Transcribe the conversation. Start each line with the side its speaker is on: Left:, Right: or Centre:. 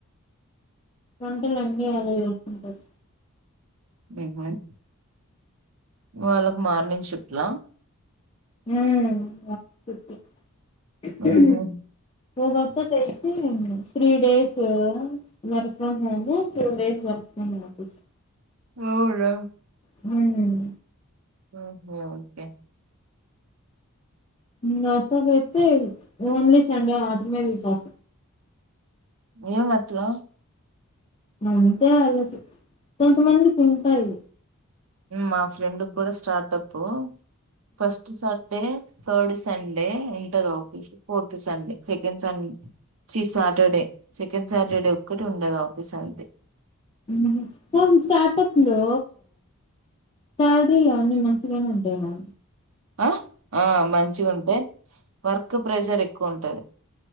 Left: వంటలు అన్నీ ఎలా చేసుకుంటారు.
Right: హుహ్ వాళ్ళకు మార్నింగ్ షిప్ట్ లా.
Left: హ్ ఫస్ట్ షిప్టి.
Right: ఉహు.
Left: మూడు రోజులు చెయిచ్చి three days work from home, two days work from office.
Right: అవునా.
Left: హ్మ్
Right: ఆహా ఓకే.
Left: నాతోనైతే ఓన్లీ సండే మాత్రమే వీక్ ఆఫ్.
Right: ఏమి అట్లో
Left: అంతే ఆళ్ళకి కొంతమందికి ఉంటాయి.
Right: మా ఫ్రెండ్ కూడా startup first Saturday third Sunday ఉంటది ఆఫీస్ ఫోర్త్ సండే సెకండ్ సం చి సాటర్డే సెకండ్ సాటర్డే ఒక్కటి ఉండదు ఆఫీస్ అంతే.
Left: పుహ్ మొత్తం స్టార్టప్ లో సాలరీలు అవన్ని మంచిగనే ఉంటయిగా.
Right: ఆ ఆ మంచిగా ఉంటయి వర్క్ ప్రెజర్ ఎక్కువ ఉంటది.